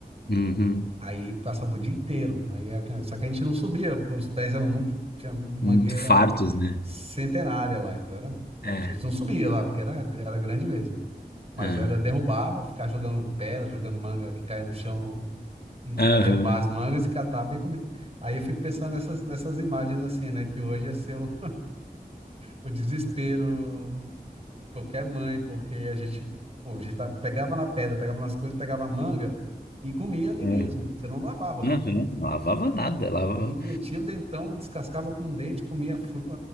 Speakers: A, on the left; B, on the right.
A: Uhum.
B: Aí passava o dia inteiro. Aí, era que- só que a gente não subia, pô, os pés eram muito, tinha mangueira
A: Muito fartos, né?
B: centenária lá, então era,
A: É.
B: a gente não subia lá, porque era, era grande mesmo. Mas
A: Aham.
B: era derrubava, ficava jogando pedra, jogando manga que caía no chão e para
A: Aham.
B: derrubar as mangas e catava e ia comer. Aí eu fico pensando nessas, nessas imagens assim, né? Que hoje ia ser <laughs> o, o desespero de qualquer mãe, porque a gente, pô, a gente tá- pegava na pedra, pegava nas coisas, pegava a manga e comia ali
A: Aham.
B: mesmo. Você não lavava a fruta.
A: Aham. Não lavava nada, lavava.
B: Aí metia o dentão, descascava com o dente, comia a fruta